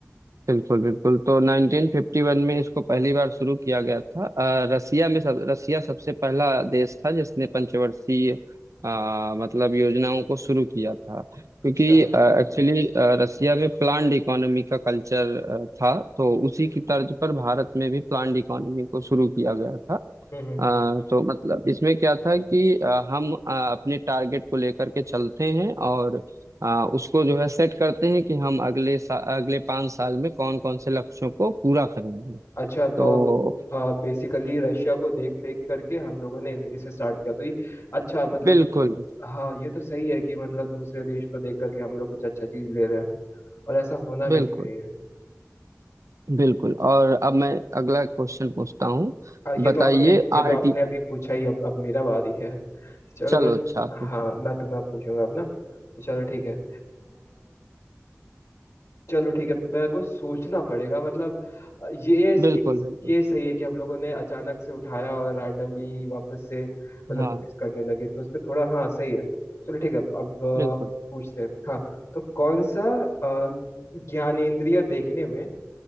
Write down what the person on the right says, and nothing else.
बिल्कुल बिल्कुल तो 1951 में इसको पहली बार शुरू किया गया था अ, रसिया में सब रसिया सबसे पहला देश था जिसने पंचवर्षीय अ, मतलब योजनाओं को शुरू किया था क्योंकि
एक्चुअली रसिया में प्लान्ड इकोनॉमी का कल्चर था तो उसी की तर्ज पर भारत में भी प्लान्ड इकोनॉमी को शुरू किया गया था
आ, तो मतलब इसमें क्या था कि आ, हम आ, अपने टारगेट को लेकर के चलते हैं और आ, उसको जो है सेट करते हैं कि हम अगले सा, अगले पाँच साल में कौन कौन से लक्ष्यों को पूरा करेंगे
तो
बिल्कुल
बिल्कुल
बिल्कुल और अब मैं अगला क्वेश्चन पूछता हूँ
बताइए
आरटी
चलो
अच्छा आप पूछ
बिल्कुल
बिल्कुल
हाँ
बिल्कुल